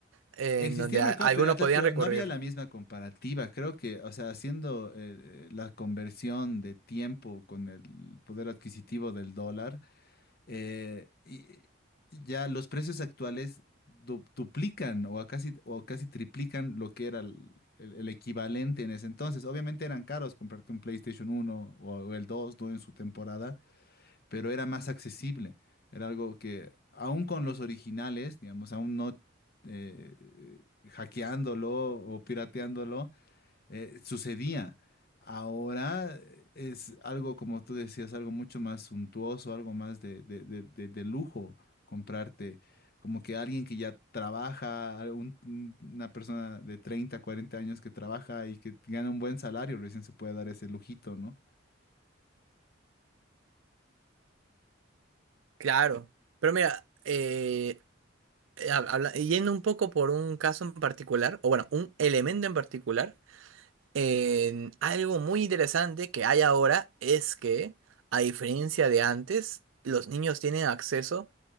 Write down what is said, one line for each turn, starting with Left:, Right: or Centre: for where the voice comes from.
Right: en
Left: Existía
Right: donde
Left: el
Right: a-
Left: mercado
Right: algunos
Left: pirata,
Right: podían
Left: pero
Right: recurrir.
Left: no había la misma comparativa. Creo que, o sea, haciendo eh, eh, la conversión de tiempo con el poder adquisitivo del dólar, eh, y- y ya los precios actuales du- duplican o a casi, o casi triplican lo que era el, el- el equivalente en ese entonces. Obviamente eran caros comprarte un PlayStation uno o, o el 2, ¿no? En su temporada pero era más accesible. Era algo que, aún con los originales, digamos, aún no eh, hackeándolo o pirateándolo, eh, sucedía. Ahora eh, es algo, como tú decías, algo mucho más suntuoso, algo más de, de- de- de- de lujo comprarte. Como que alguien que ya trabaja, algún- una persona de 30 40 años que trabaja y que gana un buen salario, recién se puede dar ese lujito, ¿no?
Right: Claro, pero mira, eh, eh, hab- habla- eh, yendo un poco por un caso en particular, o bueno, un elemento en particular, en algo muy interesante que hay ahora es que, a diferencia de antes, los niños tienen acceso